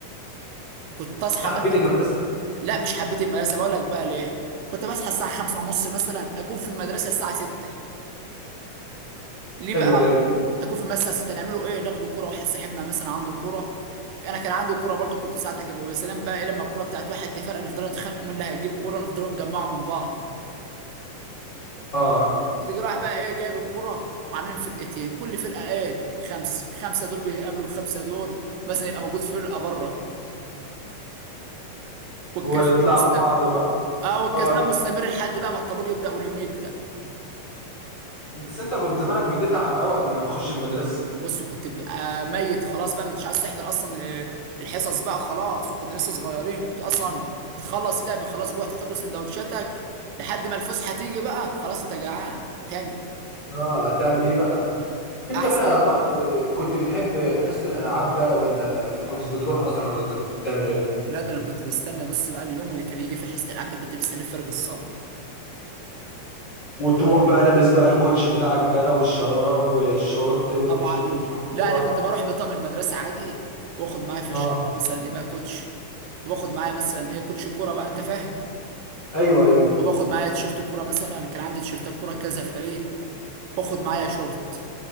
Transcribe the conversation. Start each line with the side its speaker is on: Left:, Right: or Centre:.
Right: كنت اصحى
Left: انت حبيت
Right: مثلا
Left: المدرسه
Right: لا مش حبيت المدرسه بقول لك بقى ليه كنت بصحى الساعه خمسة ونص مثلا اكون في المدرسه الساعه سته ليه بقى
Left: ايوه ايوه
Right: اكون في المسا ستة نعمله ايه ناخده كوره واحد صاحبنا مثلا عنده كوره انا كان عندي كوره برضو كنت ساعات اجيبها ويا سلام بقى ايه لما الكوره بتاعت واحد تفرقع نفضلوا نتخانقوا مين اللي هيجيب كوره نفضلوا نجمعوا من بعض
Left: اه
Right: بتيجي رايح بقى ايه جايب الكوره وعاملين فرقتين كل فرقه ايه خمسه خمسه دول بيقابلوا الخمسه دول ومثلا يبقى موجود فرقه بره والكسبان
Left: ويطلعوا
Right: مستمر
Left: بعض بقى
Right: اه والكسبان
Left: اه ك-
Right: مستمر لحد بقى ما الطابور يبدا واليوم يبدا
Left: بس انت كنت زمانك بتتعب قوي قبل ما تخش المدرسه
Right: وبص كنت ببقى ميت خلاص بقى مش عايز تحضر اصلا آه، الحصص بقى خلاص وكنا لسه صغيرين كنت اصلا بتخلص لعب خلاص جوعت تاكل سندوتشاتك لحد ما الفسحه تيجي بقى خلاص انت جعان تاني
Left: اه تعمل ايه بقى انت
Right: احسن
Left: بقى يا صاحبي كنت بتحب حصه الالعاب بقى ولا كنتش بتروح اصلا ولا انت كنت بتعمل ايه
Right: لا ده انا كنت بستنى بص بقى اليوم اللي كان يجي فيه حصه الالعاب ده كنت مستنيه بفارغ الصبر
Left: وتروح بقى لابس بقى الكوتش بتاعك بقى والشراب والشورت والتيشيرت
Right: طبعا
Left: بتاع الكوره
Right: لا انا كنت بروح بطقم المدرسه عادي واخد معايا في الشنطه
Left: اه
Right: مثلا ايه بقى كوتش وباخد معايا مثلا ايه كوتش كوره بقى انت فاهم
Left: ايوه ايوه
Right: وباخد معايا تيشيرت كوره مثلا انا كان عندي تيشيرتات كوره كذا فريق باخد معايا شورت